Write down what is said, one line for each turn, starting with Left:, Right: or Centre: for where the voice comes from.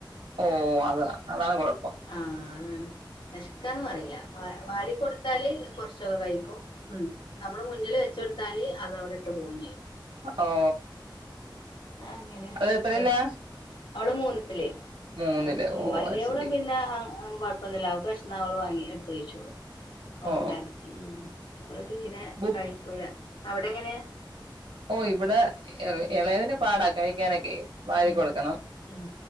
Right: ഓ അത അതാണ് കൊഴപ്പം
Left: ആ വെ വെശ്ക്കാന്ന് പറയില്ല വ വാരി കൊടുത്താല് കൊർച്ചൊക്കെ കഴിക്കും ഉം നമ്മള് മുന്നില് വെച്ചൊട്ത്താല് അത് അവ്ടെ ഇട്ട് പോകും ചെയ്യും
Right: ഓ
Left: അങ്ങനെ
Right: അത് എത്രയിലാ
Left: വെ അവള് മൂന്നില്
Right: മൂന്നില്
Left: ഉം ഉം
Right: ഓ
Left: വല്യവള്
Right: അത് ശരി
Left: പിന്നേ അതൊന്നും കൊഴ്പ്പൊന്നുല്ല അവക്ക് വെശന്നാൽ അവള് വാങ്ങി എട്ത്ത് കഴിച്ചോളും അവള്
Right: ഓ
Left: ഉണ്ടാക്കീ ഇവള് തീരെ
Right: ബു
Left: കഴിക്കൂല അവ്ടെ എങ്ങനെയാ
Right: ഓ ഇവ്ടെ എ എളയതിന് പാടാ കഴിക്കാനൊക്കെ വാരി
Left: ഉം
Right: കൊടുക്കണം
Left: ഉം